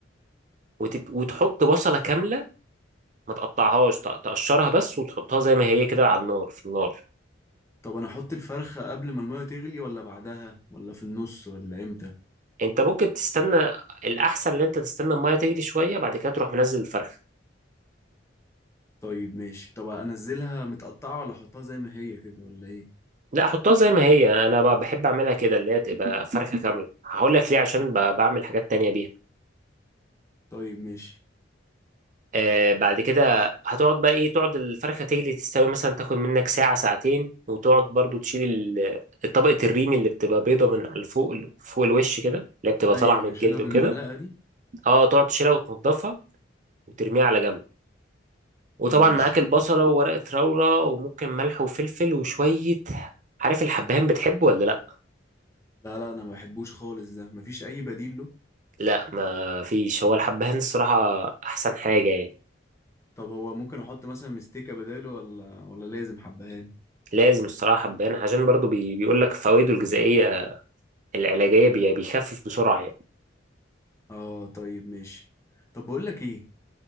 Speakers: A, on the right; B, on the left.
A: وتب... وتحط بصلة كاملة ما تقطعهاش ت- تقشرها بس وتحطها زي ما هي كده على النار في النار
B: طب انا احط الفرخة قبل ما المية تغلي ولا بعدها ولا في النص ولا امتى
A: انت ممكن تستنى الأحسن ان انت تستنى المية تغلي شوية بعد كده تروح منزل الفرخة
B: طيب ماشي طب انزلها متقطعة ولا احطها زي ما هي كده ولا ايه
A: لا حطها زي ما هي انا ب- بحب اعملها كده اللي هي تبقى فرخة كاملة هقول لك ليه عشان ب... بعمل حاجات تانية بيها
B: طيب ماشي
A: آه بعد كده هتقعد بقى ايه تقعد الفرخة تجلي تستوي مثلا تاخد منك ساعة ساعتين وتقعد برضو تشيل ال- الطبقة الريم اللي بتبقى بيضة من على فوق ال- فوق الوش كده اللي هي بتبقى طالعة
B: ايوه
A: من
B: أيوه،
A: الجلد
B: اشيلها بالمعلقة
A: وكده
B: دي
A: اه تقعد تشيلها وتنضفها وترميها على جنب وطبعا
B: ماشي
A: معاك البصلة وورقة راولة وممكن ملح وفلفل وشوية عارف الحبهان بتحبه ولا لا
B: لا لا انا ما بحبوش خالص ده مفيش اي بديل له
A: لا ما فيش هو الحبهان الصراحة احسن حاجة يعني
B: طب هو ممكن احط مثلا مستكة بداله ولا ولا لازم حبهان
A: لازم الصراحة حبهان عشان برضو بي بيقول لك فوائده الغذائية العلاجية بي- بيخفف بسرعة يعني
B: اه طيب ماشي طب بقول لك ايه